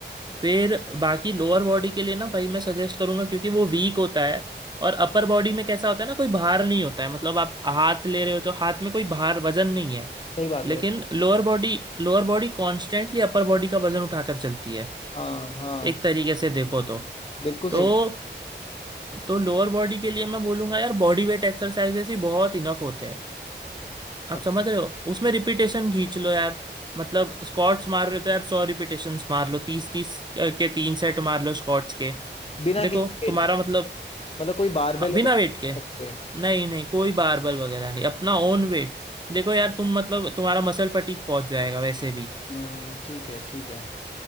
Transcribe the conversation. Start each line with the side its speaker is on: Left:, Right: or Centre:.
Right: फिर बाकी लोअर बॉडी के लिए ना भाई मैं सजेस्ट करूंगा क्योंकि वो वीक होता है और अपर बॉडी में कैसा होता है ना कोई भार नहीं होता है मतलब आप हाथ ले रहे हो तो हाथ में कोई भार वजन नहीं है
Left: सही बात
Right: लेकिन
Left: है
Right: lower body lower body constantly upper body का वजन उठाकर चलती है
Left: हाँ हाँ
Right: एक तरीके से देखो तो
Left: बिल्कुल
Right: तो
Left: सही
Right: तो लोअर बॉडी के लिए मैं बोलूंगा यार बॉडी वेट एक्सरसाइजेस ही बहुत इनफ होते हैं
Left: अच्छा
Right: आप समझ रहे हो उसमें रिपीटेशन खींच लो यार मतलब स्क्वाट्स मार रहे हो तो यार सौ रिपीटेशन मार लो तीस तीस के तीन सेट मार लो स्क्वाट्स के
Left: बिना किसी
Right: देखो
Left: पेट
Right: तुम्हारा
Left: के
Right: मतलब
Left: मतलब कोई बारबेल
Right: हाँ, बिना
Left: वगैरह
Right: वेट
Left: नहीं
Right: के
Left: रख सकते हैं।
Right: नहीं नहीं कोई बारबल वगैरह नहीं अपना ओन वेट देखो यार तुम मतलब तुम्हारा मसल फटीक पहुंच जाएगा वैसे भी
Left: हम्म ठीक है ठीक है